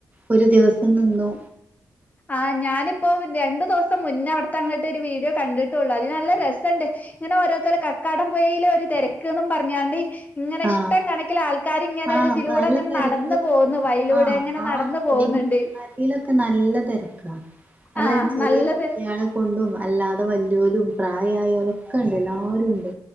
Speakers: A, on the right; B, on the left.
A: ഒരു ദിവസം നിന്നു
B: ആ ഞാനിപ്പോ രണ്ടു ദിവസം മുന്നേ അവിടുത്തങ്ങോട്ട് ഒരു വീഡിയോ കണ്ടിട്ടുള്ളു അതിൽ നല്ല രസണ്ട് ഇങ്ങനെ ഓരോത്തോരൽ കക്കാടം പുഴയിലെ ഒരു തിരക്ക്ന്നും പറഞ്ഞാണ്ട് ഇങ്ങനെ
A: ആ
B: ഇഷ്ടം കണക്കിൽ ആൾക്കാര് ഇങ്ങനെ
A: ആ
B: ഒരു ഇതിലൂടെ
A: നല്ല
B: ഇങ്ങനെ
A: തിരക്ക്
B: നടന്നു പോകുന്നു വഴിയിലൂടെ
A: ആ
B: ഇങ്ങനെ
A: ആ
B: നടന്നു
A: കൊടി
B: പോകുന്നുണ്ട്
A: <unintelligible> ലൊക്കെ നല്ല തിരക്ക അത
B: ആഹ്
A: ചെറിയ
B: നല്ല
A: കുട്ടിയളെ
B: തെ
A: കൊണ്ടും അല്ലാതെ വല യോലും പ്രായമായോലൊക്കെ ഉണ്ട് എല്ലരുംഉണ്ട്